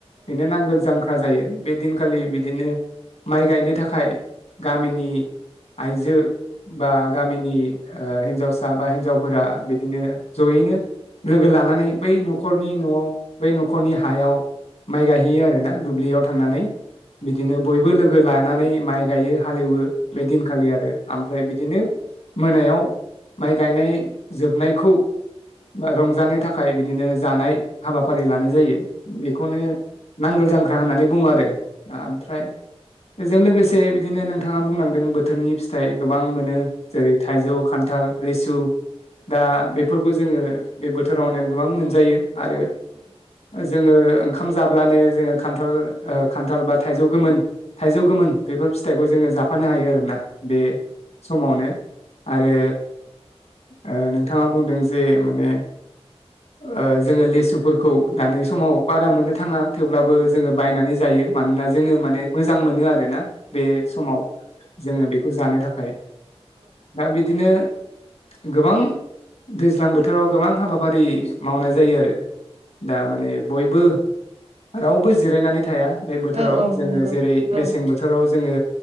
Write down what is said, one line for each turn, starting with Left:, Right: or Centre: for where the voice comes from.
Left: बेनो नांगोल जांख्रा जायो। बे दिनखालि बिदिनो माइ गायनो थाखाय गामिनि आइजो बा गामिनि आ हिन्जावसा बा हिन्जावफोरा बिदिनो जयैनो लोगो लानानै बै न'खरनि न'आव बै न'खरनि हायाव माइ गायहैयो आरोना दुब्लियाव थांनानै बिदिनो बयबो लोगो लानानै माइ गायो। हालेवो बे दिनखालि आरो ओमफ्राय बिदिनो मोनायाव माइ गायनाय जोबनायखौ बा रंजानो थाख खाय बिदिनो जानाय हाबाफारि लानाय जायो बेखौनो नांगाल जांग गा होननानै बुङो आरो ओमफ्राय एजों लोगोसे बिदिनो नोंथाङा बुंलांदों बोथोरनि फिथाइ गोबां मोनो जेरै थाइजौ खान्थाल रैसु दा बेफोरखौ जोङो बे बोथोरावनो गोबां मोनजायो। आरो जोङो खाम जाब्लानो जोङो खान्थाल ओ‌ खान्थाल बा थाइजौ गोमोन थाइजौ गोमोन बेफोर फिथाइखौ जोङो जाफानो हायो आरोना बे समावनो आरो आ नोंथाङा बुंदों जे माने ओ जोङो लेसुफो खौ दानि समाव बारा मोननो थाङा थेवब्लाबो जोङो बायनानै जायो मानोना जोङो माने मोजां मोनो आर ना बे समाव जोङो बेखौ जानो थाखाय दा बिदिनो गोबां दैज्लां बोथोराव गोबां हाबाफारि मावनाय जायो आरो दा माने बयबो रावबो जिरायनानै थाया बे बोथोराव
Right: औ औ
Left: जोङो
Right: नंगौ
Left: जेरै
Right: औ
Left: मेसें बोथोराव जोङो